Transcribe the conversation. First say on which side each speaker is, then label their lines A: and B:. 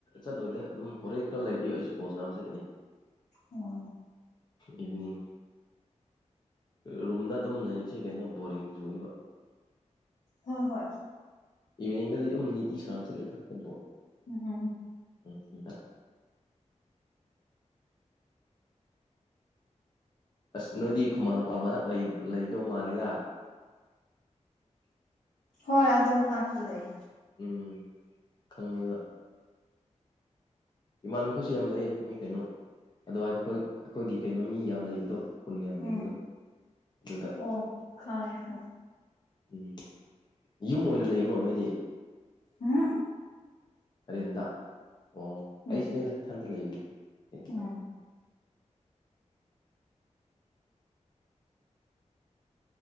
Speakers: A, on the left; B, on the left.
A: ꯆꯠꯂꯣꯏꯗ ꯑꯗꯨꯝ ꯍꯣꯔꯦꯟ ꯈꯔ ꯂꯩꯅꯤ ꯑꯩꯁꯨ ꯕꯣꯁ ꯅꯥꯕ ꯆꯠꯀꯅꯤ
B: ꯑꯣ
A: ꯏꯚꯅꯤꯡ ꯔꯨꯝꯗ ꯑꯗꯨꯝ ꯂꯩꯕꯁꯤꯦ ꯀꯩꯅꯣ ꯕꯣꯔꯤꯡ ꯆꯨꯏꯕ
B: ꯍꯣꯏ ꯍꯣꯏ
A: ꯏꯚꯤꯅꯤꯡꯗꯗꯤꯝꯅꯤꯇꯤ ꯁꯅꯥꯅꯝ ꯆꯠꯂꯦꯗ ꯐꯨꯠꯕꯜ
B: ꯎꯝ ꯍꯝ
A: ꯎꯝ ꯊ ꯑꯁ ꯅꯣꯏꯗꯤ ꯈꯨꯃꯟ ꯂꯝꯄꯥꯛ ꯃꯅꯥꯛ ꯂꯩꯗꯧ ꯃꯥꯂꯦꯗ
B: ꯍꯣꯏ ꯑꯗꯨꯝ ꯉꯥꯛꯄ ꯂꯩ
A: ꯎꯝ ꯈꯪꯉꯤꯕ ꯏꯃꯥꯟꯈꯁꯨ ꯌꯥꯝ ꯂꯩ ꯃꯣꯏ ꯀꯩꯅꯣ ꯑꯗꯨꯋꯥꯏꯗ ꯑꯩꯈꯣꯏ ꯑꯩꯈꯣꯏꯒꯤ ꯀꯩꯅꯣ ꯃꯤ ꯌꯥꯝ ꯂꯩꯕꯗꯣ ꯈꯨꯟ ꯌꯥꯝ ꯂꯩꯕꯗꯣ
B: ꯎꯝ
A: ꯑꯗꯨꯗ
B: ꯑꯣ ꯈꯥꯏ ꯈ
A: ꯎꯝ ꯌꯨꯝ ꯑꯣꯏꯅ ꯂꯩꯕ꯭ꯔꯣ ꯅꯣꯏꯗꯤ
B: ꯍꯥ
A: ꯇꯔꯦꯟꯗ ꯑꯣ
B: ꯎꯝ
A: ꯑꯩꯁꯨꯅꯦꯗ ꯏꯊꯟꯇ ꯂꯩꯕꯅꯦꯔꯦꯟꯗ
B: ꯎꯝ